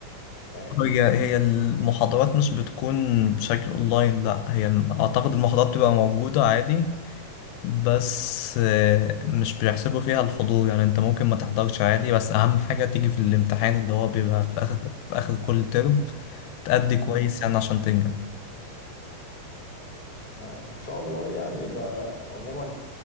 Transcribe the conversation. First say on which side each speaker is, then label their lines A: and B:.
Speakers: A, on the left; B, on the left.
A: فاهمني؟
B: هي هي المحاضرات مش بتكون بشكل اونلاين لا هي اعتقد المحاضرات بتبقى موجودة عادي بس آه، مش بيحسبوا فيها الحضور يعني انت ممكن ما تحضرش عادي بس اهم حاجة تيجي في الامتحان اللي هو بيبقى في اخر في اخر كل ترم تأدي
A: أها
B: كويس يعني عشان تنجح
A: آه، إن شاء الله يعني يبقى عموما